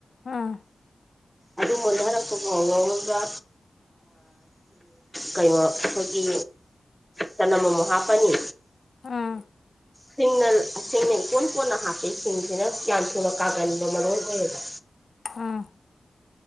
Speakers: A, on the left; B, in the centre.
A: ꯑꯥ
B: ꯑꯗꯨ ꯃ ꯅꯔꯛꯄ ꯈ ꯉꯧꯒ ꯀꯩꯅꯣ ꯑꯩꯈꯣꯏꯒꯤ ꯆꯅꯝ ꯑꯃꯨꯛ ꯍꯥꯞꯄꯅꯤ
A: ꯑꯥ
B: ꯁꯤꯅꯦꯜ ꯁꯤꯅꯦꯜ ꯀꯣꯟ ꯀꯣꯟꯅ ꯍꯥꯞꯄꯁꯤꯡꯁꯤꯅ ꯌꯥꯝ꯭ꯌꯥ ꯊꯨꯅ ꯀꯥꯒꯟꯕ ꯃꯔꯣ ꯑꯣꯏꯌꯦꯕ
A: ꯑꯥ